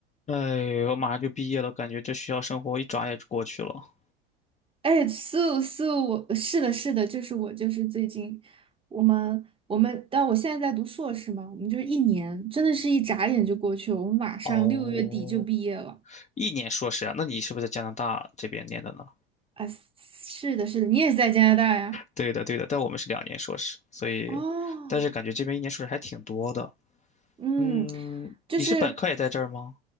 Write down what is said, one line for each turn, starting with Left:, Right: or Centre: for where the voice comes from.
Left: 哎，我马上就毕业了，感觉这学校生活一转眼就过去了。
Right: 哎，素素，我是的，是的，就是我，就是最近我们我们，但我现在在读硕士嘛，我们就是一年，真的是一眨眼就过去了，我们马上六月底就毕业了
Left: 哦，一年硕士啊？那你是不是在加拿大这边念的呢？
Right: 啊！是的，是的，你也是在加拿大呀？
Left: 对的，对的，但我们是两年硕士，所以，
Right: 哦，
Left: 但是感觉这边一年硕士还挺多的。
Right: 嗯，
Left: 嗯，
Right: 就是
Left: 你是本科也在这儿吗？